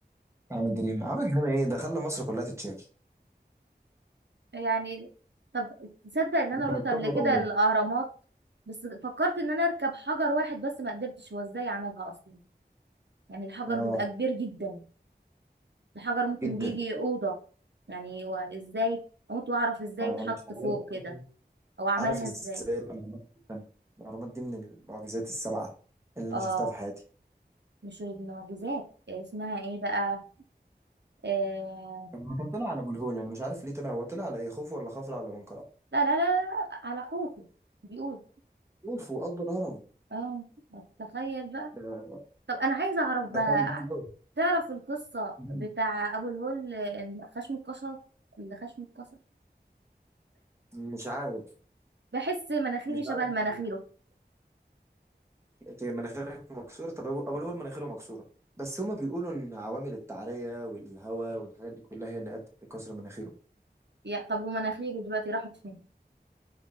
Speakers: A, on the right; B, on the right.
A: عمل جريمة عمل جريمة إيه ده خلى مصر كلها تتشهر
B: يعني طب تصدق ان انا
A: دي كانت
B: رحت قبل
A: صدمة
B: كده
A: عمري
B: الاهرامات بس فكرت ان انا اركب حجر واحد بس ما قدرتش هو ازاي عملها اصلا يعني الحجر
A: اه
B: بيبقى كبير جدا الحجر ممكن
A: جدا
B: بيجي اوضه يعني هو ازاي اموت واعرف ازاي
A: انا
B: اتحط
A: مش عارف
B: فوق
A: أساساً
B: كده او عملها
A: عارف ازاي
B: ازاي
A: الاهرامات دي اتبنت. الاهرامات دي من المعجزات السبعه اللي
B: اه
A: انا شفتها في حياتي
B: مش المعجزات اسمها ايه بقى آه...
A: لما كان طلع على ابو الهول انا مش عارف ليه طلع هو طلع على ايه خوفو ولا خفرع ولا منقرع
B: لا لا لا على خوفي بيقول
A: خوفو اكبر هرم
B: اه تخيل بقى
A: ده
B: طب انا عايزه اعرف
A: ده
B: بقى
A: كان جامد قوي
B: تعرف القصه
A: مم.
B: بتاع ابو الهول آه، خشم اتكسر اللي خشم اتكسر
A: مش عارف
B: بحس مناخيري
A: مش
B: شبه
A: عارف
B: مناخيره
A: بجد. انت مناخيرك مكسوره طب ابو أبو الهول مناخيره مكسوره بس هما بيقولوا ان عوامل التعريه والهواء والحاجات دي كلها هي اللي ادت لكسر مناخيره
B: يا طب ومناخيره دلوقتي راحت فين